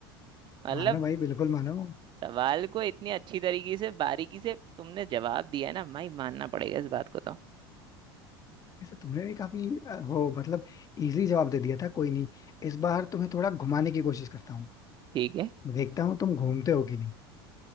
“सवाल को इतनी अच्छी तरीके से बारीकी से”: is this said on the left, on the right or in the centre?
Right